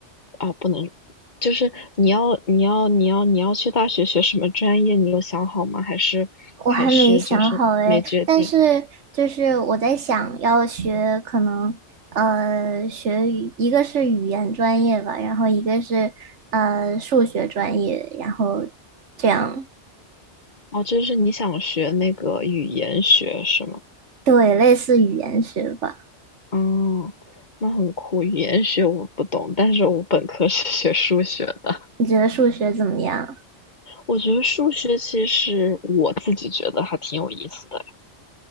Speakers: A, on the left (about 40°); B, on the right (about 80°).
A: 啊，不能，就是你要你要你要你要去大学学什么专业？你有想好吗？还是还是就是没决定？
B: 我还没想好哎，但是就是我在想要学，可能呃学语，一个是语言专业吧，然后一个是呃数学专业，然后这样。
A: 哦，就是你想学那个语言学是吗？
B: 对，类似语言学吧。
A: 嗯，那很酷。语言学我不懂，但是我本科是学数学的。
B: 你觉得数学怎么样？
A: 我觉得数学其实我自己觉得还挺有意思的。